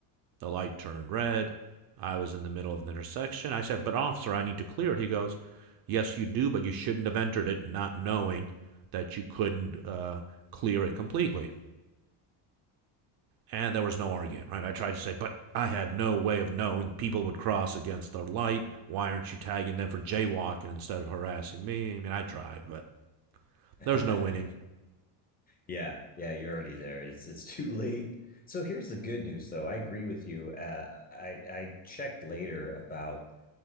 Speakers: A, on the right (about 50°); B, on the left (about 20°).
A: The light turned red. I was in the middle of the intersection. I said, But officer, I need to clear it. He goes, Yes, you do, but you shouldn't have entered it not knowing that you couldn't uh, clear it completely. And there was no argument, right? I tried to say, But I had no way of knowing people would cross against the light. Why aren't you tagging them for jaywalking instead of harassing me? I mean, I tried, but
B: <laughs>
A: there's no winning.
B: Yeah, yeah, you're already there. It's it's <laughs> too late. So here's the good news, though. I agree with you. Uh, I I checked later about